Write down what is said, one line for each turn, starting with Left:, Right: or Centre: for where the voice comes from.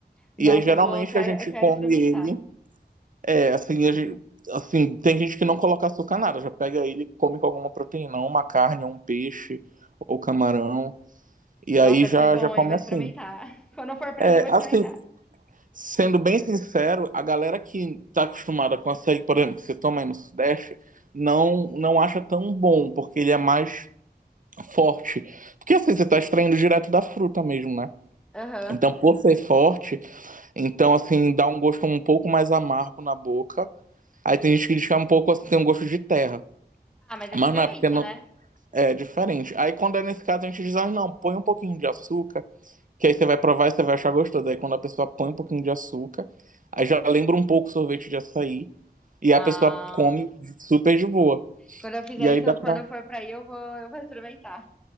Right: E
Centre: Nossa,
Right: aí geralmente
Centre: eu vou, quero,
Right: a gente
Centre: eu quero
Right: come
Centre: experimentar.
Right: ele é, assim, a gente- assim, tem gente que não coloca açúcar nada, já pega ele e come com alguma proteína, uma carne, um peixe ou camarão, e
Centre: Nossa,
Right: aí
Centre: deve
Right: já,
Centre: ser bom,
Right: já come
Centre: hein? Vou
Right: assim.
Centre: experimentar. <laughs> Quando eu for pra
Right: É,
Centre: aí, eu vou experimentar.
Right: assim, sendo bem sincero, a galera que tá acostumada com açaí, por exemplo, que você toma aí no Sudeste, não, não acha tão bom, porque ele é mais forte. Porque assim, você tá extraindo direto da fruta mesmo, né?
Centre: Aham.
Right: Então, por ser forte, então assim, dá um gosto um pouco mais amargo na boca. Aí tem gente que diz que é um pouco assim, tem um gosto de terra.
Centre: Ah, mas é
Right: Mas
Centre: diferente,
Right: não é porque não...
Centre: né?
Right: é diferente. Aí quando é nesse caso, a gente diz, ah, não, põe um pouquinho de açúcar, que aí você vai provar e você vai achar gostoso. Aí quando a pessoa põe um pouquinho de açúcar, aí já lembra um pouco o sorvete de açaí, e a
Centre: Ah,
Right: pessoa come super de boa.
Centre: Quando eu fizer
Right: E aí
Centre: isso,
Right: dá
Centre: eu-
Right: pra.
Centre: quando eu for pra aí, eu vou, eu vou experimentar.